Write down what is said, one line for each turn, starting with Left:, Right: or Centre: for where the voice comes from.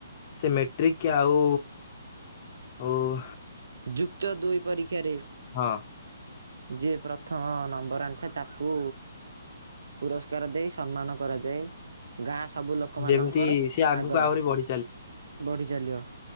Left: ସେ ମେଟ୍ରିକି ଆଉ ଉଁ।
Right: ଯୁକ୍ତ ଦୁଇ ପରୀକ୍ଷାରେ।
Left: ହଁ
Right: ଯିଏ ପ୍ରଥମ ନମ୍ବର ଆଣିଥାଏ ତାକୁ। ପୁରସ୍କାର ଦେଇ ସମ୍ମାନ କରାଯାଏ। ଗାଁ ସବୁ ଲୋକମାନଙ୍କର
Left: ଯେମିତି ସିଏ ଆଗକୁ
Right: ଆଗରେ
Left: ଆହୁରି ବଢି
Right: ବଢ଼ିଚଲିବ।